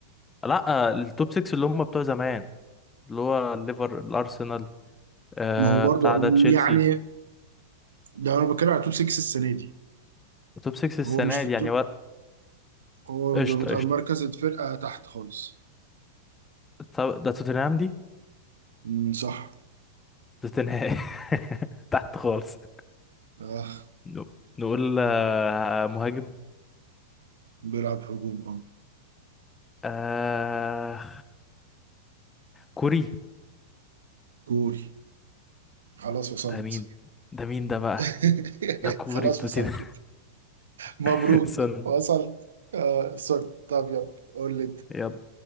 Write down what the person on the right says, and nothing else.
ما هو برضه
يعني ده انا بتكلم على توب 6 السنه دي
هو مش في
التوب
هو
ده بتاع
مركز الفرقه تحت خالص
مم، صح
آه
بيلعب هجوم اه
جول خلاص وصلت
<laughs>
خلاص
وصلت مبروك
وصلت آه سوري طب يلا قول لي